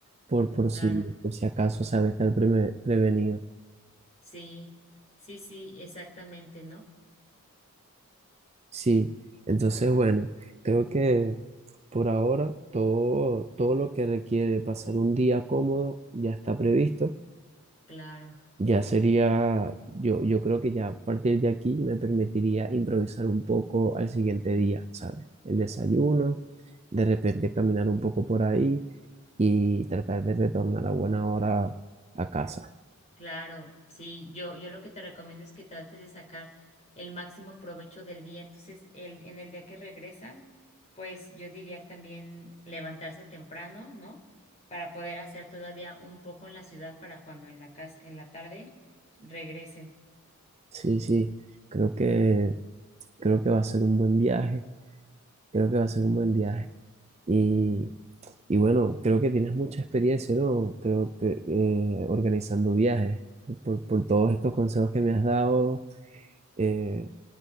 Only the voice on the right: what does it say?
por, por
si, por si acaso, ¿sabes? Estar preme- prevenido.
Sí, entonces bueno, creo que por ahora todo, todo lo que requiere pasar un día cómodo ya está previsto.
Ya sería, yo, yo creo que ya a partir de aquí me permitiría improvisar un poco al siguiente día, ¿sabes? El desayuno, de repente caminar un poco por ahí y tratar de retornar a buena hora a casa.
Sí, sí, creo que, creo que va a ser un buen viaje, creo que va a ser un buen viaje. Y Y bueno, creo que tienes mucha experiencia, ¿no? Creo que eh, organizando viajes, por, por- por todos estos consejos que me has dado. eh,